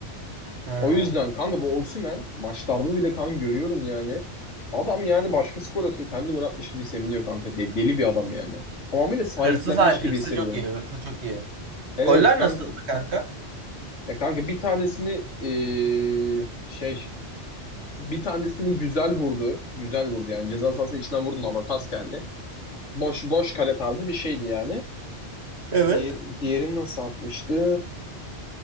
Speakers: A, on the right; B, on the left.
A: Hmm.
B: O yüzden kanka bu Osimhen maçlarda bile kan görüyorum yani. Adam yani başkası gol atıyor. Kendi gol atmış gibi seviniyor kanka. De- deli bir adam yani. Tamamıyla sahiplenmiş
A: Hırsız, hay-
B: gibi
A: hırsız
B: hissediyorum.
A: çok iyi. Hırsız çok iyi.
B: Evet
A: Goller
B: kanka.
A: nasıldı kanka?
B: Ya kanka bir tanesini eee, şey bir tanesini güzel vurdu. Güzel vurdu yani. Ceza sahası içinden vurdu ama pas geldi. Boş boş kale tarzı bir şeydi yani.
A: Evet.
B: Diğer, diğerini nasıl atmıştı?